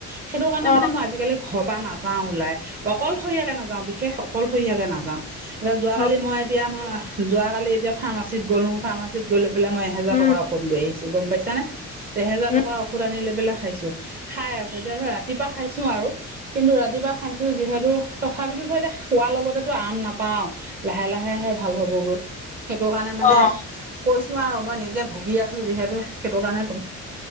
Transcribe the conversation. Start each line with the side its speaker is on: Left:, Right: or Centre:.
Right: সেইটো কাৰনে
Left: অ
Right: মানে মই আজিকালি ঘৰপা নাযাওঁ ওলাই। অকলশৰীয়াকে নাযাওঁ বিশেষ অকলশৰীয়াকে নাযাওঁ এতিয়া যোৱাকালি
Left: অ
Right: মই এতিয়া মই এতিয়া ম যোৱাকাল এতিয়া ফাৰ্মাচীত গ'লো, ফাৰ্মাচী গৈ পেলাই মই এহেজাৰ
Left: উম
Right: টকা ঔষধ লৈ আহিছোঁ গম পাইচা। এহেজাৰ
Left: উম
Right: টকা ঔষধ আনিলৈ পেলাই। খাইছোঁ খাই আছোঁ, এতিয়া ধৰা ৰাতিপুৱা খাইছোঁ আৰু কিন্তু ৰাতিপুৱা খাইছোঁ যিহেতু তথাপিতো। খোৱা লগতেই টো এতিয়া আৰাম নাপাওঁ, লাহে, লাহে ভাল হ'বগৈ। সেইটো কাৰণে মানে
Left: অ
Right: কৈছোঁ আৰু মই নিজে ভুগি আছোঁ যিহেতু সেইটো কাৰণে তুমি।